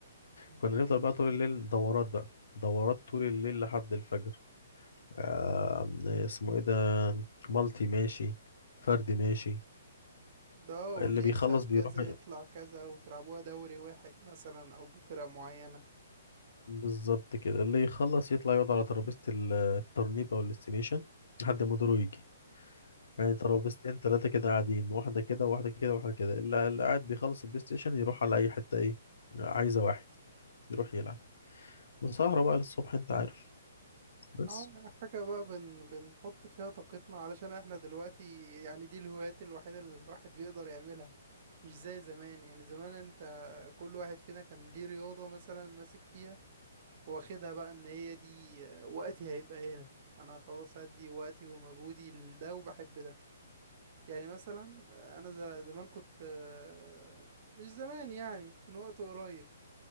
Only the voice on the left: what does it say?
كنا
نفضل بقى طول
الليل دورات بقى دورات طول الليل لحد الفجر آه اسمه ايه ده مالتي ماشي فردي ماشي
اللي بيخلص
بيروح
بالظبط كده اللي يخلص يطلع يقعد على ترابيزة ال- الترنيب او الاستيميشن لحد ما دوره يجي يعني ترابيزتين ثلاثة كده قاعدين واحدة كده واحدة كده واحدة كده اللي اللي قاعد بيخلص البلاي ستيشن يروح على أي حتة إيه عايزة واحد يروح يلعب وسهرة بقى للصبح أنت عارف بس